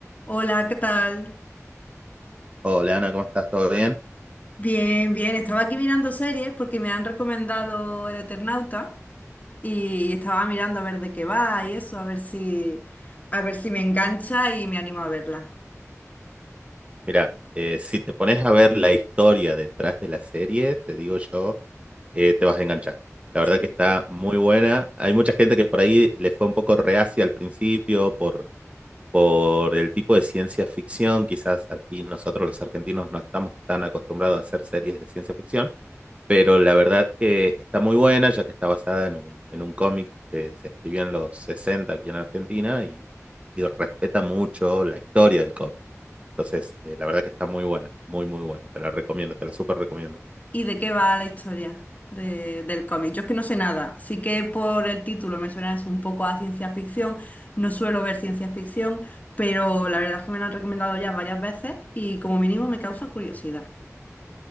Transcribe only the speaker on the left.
Hola, ¿qué tal?
Bien, bien. Estaba aquí mirando series porque me han recomendado El Eternauta y estaba mirando a ver de qué va y eso, a ver si, a ver si me engancha y me animo a verla.
¿Sí?
¿Y de qué va la historia de- del cómic? Yo es que no sé nada. Sí que por el título me suena es un poco a ciencia ficción. No suelo ver ciencia ficción, pero la verdad es que me lo han recomendado ya varias veces y como mínimo me causa curiosidad.